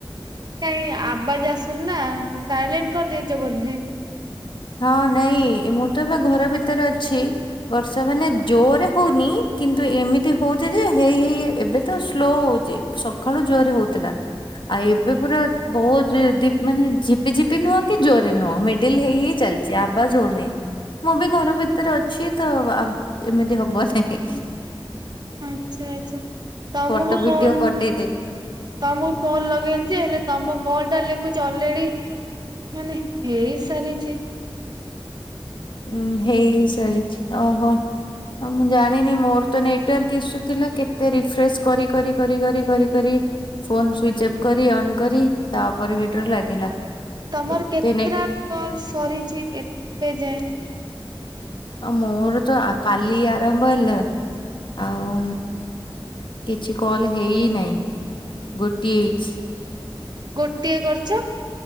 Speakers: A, on the right; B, on the left.
A: କାଇ ଆବାଜ ଆସୁନି ନା ସାଇଲେଣ୍ଟ କରିଦେଇଛ ବୋଧେ?
B: ହଁ ନାଇଁ ମୁଁ ତ ଏବେ ଘର ଭିତରେ ଅଛି। ବର୍ଷା ମାନେ ଜୋରରେ ହଉନି କିନ୍ତୁ ଏମିତି ହଉଛି ଯେ ହେଇ ହେଇ ଏବେ ତ ସ୍ଲୋ ହଉଛି। ସକାଳୁ ଜୋରରେ ହଉଥିଲା। ଆଉ ଏବେ ପୁରା ବହୁତ ଡିପ୍ ମାନେ ଝିପି ଝିପି ନୁହଁ କି ଜୋରେ ନୁହଁ ମିଡିଲି ହେଇ ହେଇ ଚାଲିଛି ଆବାଜ ହଉନି। ମୁଁ ବି ତ ଘର ଭିତରେ ଅଛି ତ ଆବ ଏମିତି ହବ ନି।
A: ଆଚ୍ଛା ଆଚ୍ଛା ତମକୁ
B: ଫଟୋ ଭିଡିଓ
A: ଫୋନ୍
B: ପଠେଇଦେବି।
A: ତମକୁ ଫୋନ ଲଗେଇଲି ଯେ ହେଲେ ତମ କଲ ଟା ଲେଖୁଛି ଅଲରେଡି ମାନେ ହେଇସାରିଛି।
B: ଉଁ ହେଇ ସାରିଛି ଓହୋ। ହ ମୁଁ ଜାଣିନି ମୋର ତ ନେଟ ୱର୍କ ଇସୁ ଥିଲା କେତେ ରିଫ୍ରେଶ କରି କରି କରି କରି କରି କରି ଫୋନ ସୁଇଚ ଅଫ୍ କରି ଅନ୍ କରି ତାପରେ ସେଠରୁ ଲାଗିଲା।
A: ତମର
B: ଏତେ
A: କେତେଟା
B: ନେଟ
A: କଲ ସରିଛି ଏବେ ଯାଏଁ?
B: ମୋର ତ କାଲି ଆରମ୍ଭ ହେଲା। ଆଉ କିଛି କଲ ହେଇନାହିଁ। ଗୋଟିଏଇଚି।
A: ଗୋଟିଏ କରିଛ?